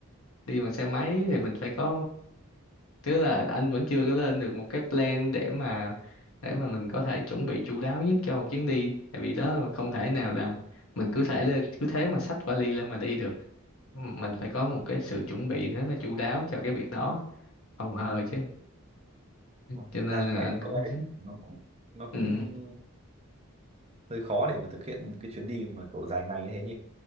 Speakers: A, on the left; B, on the right.
A: đi bằng xe máy thì mình phải có tức là anh vẫn chưa có lên được một cái plan để mà để mà mình có thể chuẩn bị chu đáo nhất cho một chuyến đi tại vì đó không thể nào là mình cứ thể lên cứ thế mà xách vali lên mà đi được mình phải có một cái sự chuẩn bị rất là chu đáo cho cái việc đó phòng hờ
B: Ừ.
A: chứ
B: Mặc
A: cho nên
B: ra
A: là
B: thì anh
A: anh cũng
B: có gia đình nó cũng nó
A: ừ.
B: cũng hơi khó để mà thực hiện một cái chuyến đi mà kiểu dài ngày như thế nhỉ